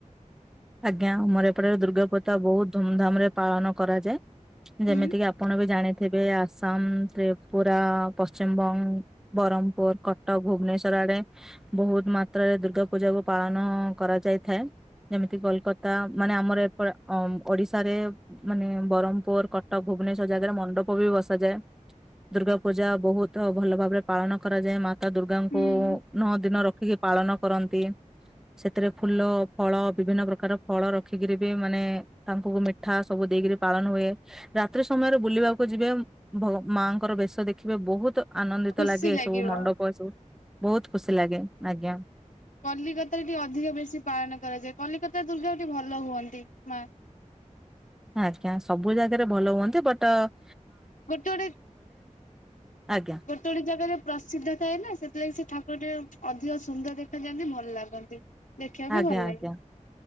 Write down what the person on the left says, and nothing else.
ହୁଁ
ହୁଁ
ଖୁସି
ଲାଗିବ।
କଲିକତା ରେ ଟିକେ ଅଧିକ ବେଶୀ ପାଳନ କରାଯାଏ କଲିକତା ଦୁର୍ଗା ଏଠି ଭଲ ହୁଅନ୍ତି ମା ।
ଗୋଟେ ଗୋଟେ
ଗୋଟେ ଗୋଟେ ଜାଗାରେ ପ୍ରସିଦ୍ଧ ଥାଏ ନା ସେଥିଲାଗି ସେ ଠା କୁ ଟିଏ ଅଧିକ ସୁନ୍ଦର ଦେଖାାଯାଆନ୍ତି ଭଲ ଲାଗନ୍ତି । ଦେଖିଆକୁ ବି
ଭଲ ଲାଗେ
।